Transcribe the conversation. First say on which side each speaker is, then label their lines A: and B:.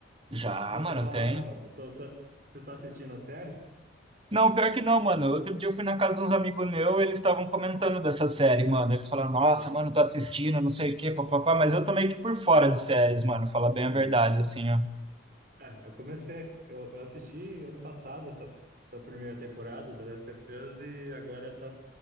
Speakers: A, on the right; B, on the right.
A: Já,
B: Pô,
A: mano,
B: que da
A: tem.
B: hora, mano. Eu tô, tô- Você tá assistindo a série?
A: Não, pior que não, mano. Outro dia eu fui na casa de uns amigos meus, eles estavam comentando dessa série, mano. Eles falaram, nossa,
B: Ah,
A: mano, tá assistindo, não sei o quê, papapá. Mas eu tô meio que por fora de séries, mano. Falar bem a
B: sim.
A: verdade, assim, ó.
B: É, eu comecei, eu, eu assisti ano passado essa, essa primeira temporada do The Last of Us e agora tá,